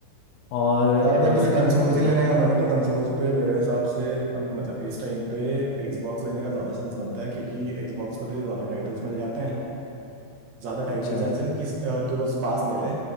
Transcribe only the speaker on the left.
और
पीसी
में मतलब मो-
अच्छा